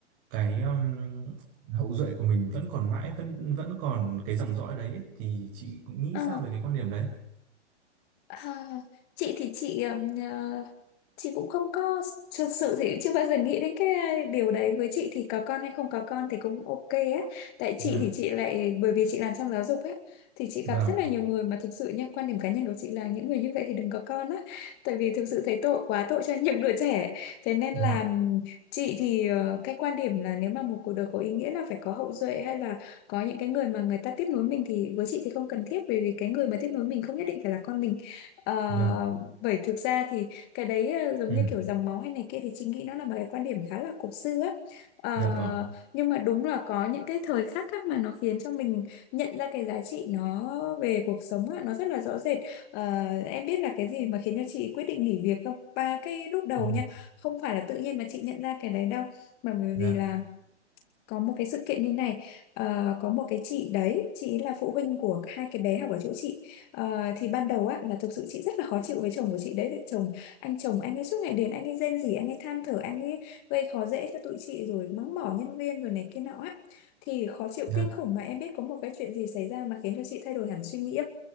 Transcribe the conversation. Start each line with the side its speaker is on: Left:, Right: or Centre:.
Right: cái um, hậu duệ của mình vẫn còn mãi vẫn vẫn còn cái dòng dõi đấy ấy. Thì chị cũng nghĩ
Left: ừ
Right: sao về cái quan điểm đấy
Left: À, chị thì chị ừm, ờ, chị cũng không có thực sự thì chưa bao giờ nghĩ đến cái điều đấy với chị thì có con hay không có con thì cũng ok á tại
Right: dạ
Left: chị thì chị lại bởi vì chị làm trong giáo dục á thì chị
Right: vâng
Left: gặp rất là nhiều người mà thực sự nha quan điểm cá nhân của chị là những người như vậy thì đừng có con á tại vì thực sự thấy tội quá tội cho <laughs> những đứa trẻ thế nên
Right: dạ
Left: là ừm, chị thì ờ, cái quan điểm là nếu mà một cuộc đời có ý nghĩa là phải có hậu duệ hay là có những cái người mà người ta tiếp nối mình thì với chị thì không cần thiết bởi vì cái người mà tiếp nối mình không nhất định phải là con mình Ờ,
Right: vâng
Left: bởi thực ra thì cái đấy ờ, giống
Right: ừ
Left: như kiểu dòng máu hay này kia thì chị nghĩ nó là một cái quan điểm khá là cổ xưa á. Ờ,
Right: dạ vâng
Left: nhưng mà đúng là có những cái thời khắc á mà nó khiến cho mình nhận ra cái giá trị nó về cuộc sống á, nó rất là rõ rệt. Ờ, em biết là cái gì mà khiến cho chị quyết định nghỉ việc không? Ba cái lúc đầu
Right: ừ
Left: nha, không phải là tự nhiên mà chị nhận ra cái đấy đâu, mà bởi
Right: dạ
Left: vì là có một cái sự kiện như này ờ, có một cái chị đấy chị ấy là phụ huynh của hai cái bé học ở chỗ chị Ờ, thì ban đầu á là thực sự chị rất là khó chịu với chồng của chị đấy Vì chồng anh chồng anh ấy suốt ngày đến anh ấy rên rỉ anh ấy than thở anh ấy gây khó dễ cho tụi chị rồi mắng mỏ nhân viên rồi này kia nọ á thì khó chịu
Right: dạ
Left: kinh khủng mà em biết có một cái chuyện gì xảy ra mà khiến cho chị thay đổi hẳn suy nghĩ